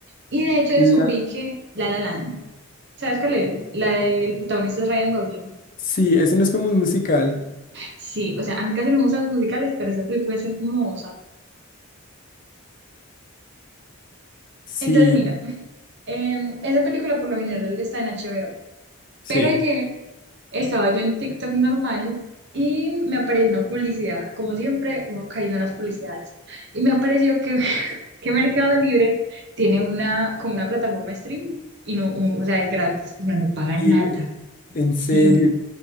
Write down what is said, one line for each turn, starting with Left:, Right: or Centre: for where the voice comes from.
Right: Y de hecho descubrí
Left: La-
Right: que La La Land, ¿sabes cuál es? La del protagonista es Ryan Gosling.
Left: Sí, eso no es como un musical.
Right: Sí, o sea, a mí casi no me gustan los musicales, pero esa película es hermosa.
Left: Sí,
Right: Entonces, mira, <laughs> em, esa película por lo general está en HBO,
Left: sí.
Right: pero ayer Estaba yo en TikTok normal y me apareció una publicidad. Como siempre, uno cayendo en las publicidades. Y me apareció que, <laughs> que Mercado Libre tiene una, como una plataforma de stream y no, u- o sea, es gratis. Uno no paga
Left: Sí,
Right: nada.
Left: en serio.
Right: Sí,